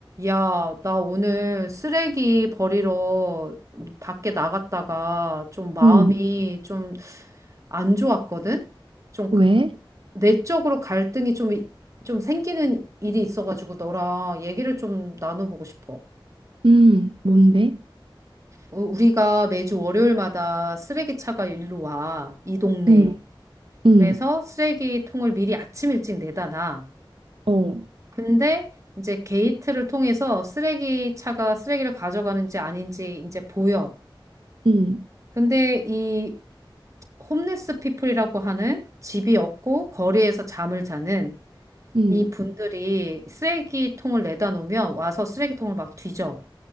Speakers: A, on the right; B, on the right.
A: 야, 나 오늘 쓰레기 버리러 밖에 나갔다가 좀 마음이
B: 응,
A: 좀 안 좋았거든? 좀
B: 왜?
A: 그- 내적으로 갈등이 좀, 이- 좀 생기는 일이 있어가지고 너랑 얘기를 좀 나눠보고 싶어.
B: 응, 뭔데?
A: 우- 우리가 매주 월요일마다 쓰레기차가 일로 와, 이 동네.
B: 응, 응,
A: 그래서 쓰레기통을 미리 아침 일찍 내다 놔.
B: 어,
A: 근데 이제 게이트를 통해서 쓰레기차가 쓰레기를 가져가는지 아닌지 이제 보여.
B: 응,
A: 근데 이 홈리스 피플이라고 하는 집이 없고 거리에서 잠을 자는
B: 응,
A: 이 분들이 쓰레기통을 내다 놓으면 와서 쓰레기통을 막 뒤져.